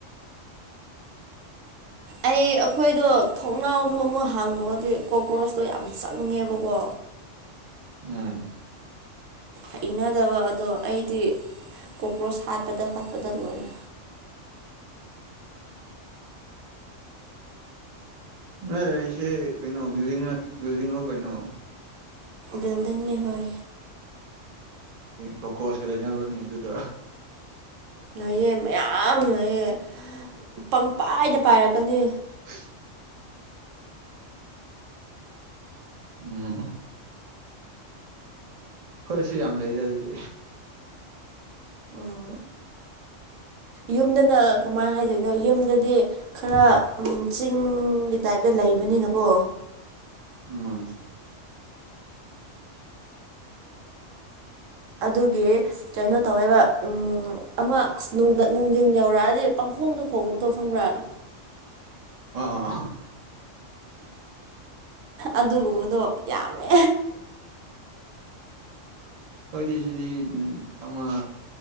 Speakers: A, on the right; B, on the right.
A: ꯑꯩ ꯑꯩꯈꯣꯏꯗꯣ ꯊꯣꯡꯅꯥꯎꯗꯣ ꯑꯃꯨꯛ ꯍꯥꯡꯗꯣꯛꯑꯗꯤ ꯀꯣꯀ꯭ꯔꯣꯁꯇꯣ ꯌꯥꯝ ꯆꯪꯉꯦꯕꯀꯣ
B: ꯎꯝ
A: ꯍꯩꯅꯗꯕ ꯑꯗꯣ ꯑꯩꯗꯤ ꯀꯣꯀ꯭ꯔꯣꯁ ꯍꯥꯠꯄꯗ ꯍꯣꯠꯄꯗ ꯂꯣꯏꯔꯦ
B: ꯅꯣꯏ ꯂꯩꯁꯦ ꯀꯩꯅꯣ ꯕꯜꯤꯗꯤꯡ ꯕꯤꯜꯗꯤꯡ ꯅ ꯀꯩꯅꯣ
A: ꯕꯤꯜꯗꯤꯡꯅꯤ ꯍꯣꯏ
B: ꯀꯣꯀꯣꯁ ꯂꯩꯅꯕ꯭ꯔꯅꯦ ꯑꯗꯨꯗ
A: ꯉꯥꯏꯑꯑꯦ ꯃꯌꯥꯝ ꯉꯥꯏꯌꯦ ꯄꯪꯄꯥꯏꯗ ꯄꯥꯏꯔꯛꯀꯅꯤ
B: <unintelligible> ꯎꯝ ꯍꯣꯏꯁꯨ ꯌꯥꯝ ꯂꯩꯗ ꯑꯗꯨꯗꯤ
A: ꯎꯝ ꯌꯨꯝꯗꯅ ꯀꯃꯥꯏꯅ ꯍꯥꯏꯗꯣꯏꯅꯣ ꯌꯨꯝꯗꯗꯤ ꯈꯔ ꯆꯤꯡꯒꯤ ꯇꯥꯏꯞꯇ ꯂꯩꯕꯅꯤꯅꯀꯣ
B: ꯎꯝ
A: ꯑꯗꯨꯒꯤ ꯀꯩꯅꯣ ꯇꯧꯋꯦꯕ ꯑꯃ ꯑꯁ ꯅꯨꯡꯊꯤꯟ ꯌꯧꯔꯛꯑꯗꯤ ꯄꯥꯡꯈꯣꯡꯗꯣ ꯈꯣꯡꯕꯗꯣ ꯈꯪꯕ꯭ꯔꯥ
B: ꯑꯥ
A: ꯑꯗꯨꯒꯨꯝꯕꯗꯣ ꯌꯥꯝꯃꯦ
B: ꯍꯣꯏꯗꯤ ꯁꯤꯗꯤ ꯎꯝ ꯑꯃ